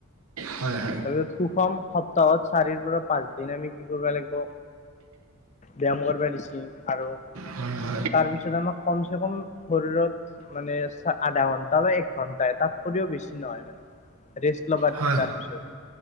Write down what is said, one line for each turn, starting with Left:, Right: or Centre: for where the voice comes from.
Right: হয় হয়।
Left: আৰু সুষম সপ্তাহত চাৰিৰ পৰা পাঁচ দিন আমি কি কৰিব লাগব ব্যায়াম কৰিব দিছি আৰু।
Right: হয়
Left: তাৰপিছত আমাক কমচেকম শৰীৰত মানে আধা ঘন্টা বা ঘন্টাই তাতকৈ বেছি নহয় মানে, ৰেষ্ট ল'বা
Right: হয় হয়
Left: দিছে তাৰপিছত।